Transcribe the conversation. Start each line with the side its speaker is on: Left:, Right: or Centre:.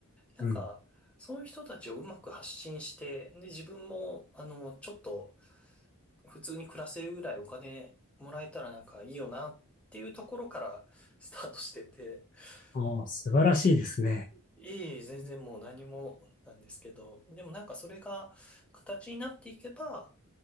Centre: なんか、
Left: うん。
Centre: そういう人たちをうまく発信して、で、自分も、あの、ちょっと、普通に暮らせるぐらいお金もらえたらなんかいいよなっていうところからスタートしてて、
Left: ああ、素晴らしいですね。
Centre: うんいいえ、全然もう何もなんですけど、でもなんかそれが形になっていけば、